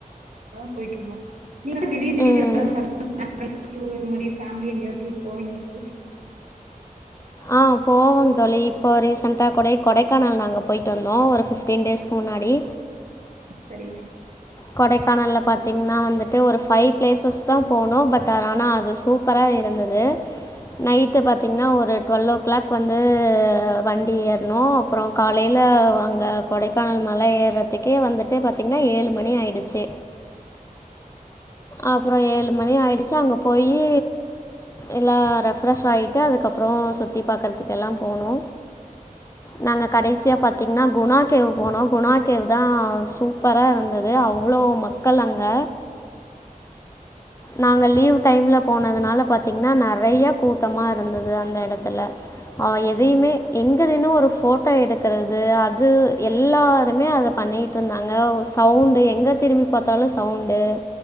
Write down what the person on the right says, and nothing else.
போய்ட்டிருந்தோ நீ என்ன திடீர் திடீர்னு
எதனா சடனா பிளான் <inaudible> டூர் மாரி ஃபேமிலி எங்கயாவது டூர் போவீங்களா <unintelligible>
செரி